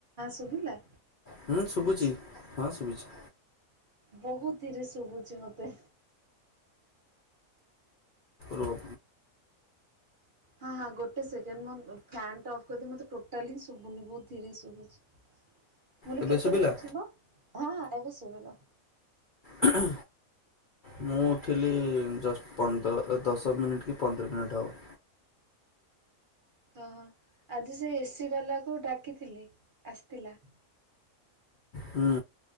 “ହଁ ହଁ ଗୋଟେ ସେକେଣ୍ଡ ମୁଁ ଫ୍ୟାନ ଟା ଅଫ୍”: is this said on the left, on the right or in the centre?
Right